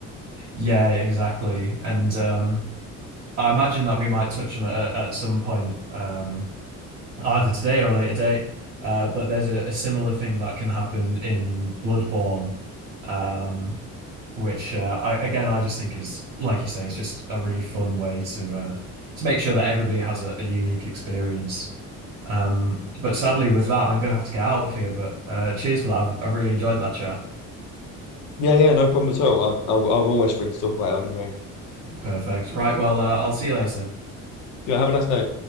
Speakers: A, on the right; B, on the left.
A: Yeah, exactly. And um, I imagine that we might touch on it at, at some point. Um, either today or a later date. Uh, but there's a, a similar thing that can happen in Bloodborne, um, which uh, I again I just think is like you say is just a really fun way to uh, to make sure that everybody has a, a unique experience. Um, but sadly, with that, I'm gonna have to get out of here. But uh, cheers for that. I've, I've really enjoyed that chat.
B: Yeah, yeah, no problem at all. I, I, I'm always free to talk about Elden Ring.
A: Perfect. Right. Well, uh, I'll see you later.
B: Yeah, have a nice day.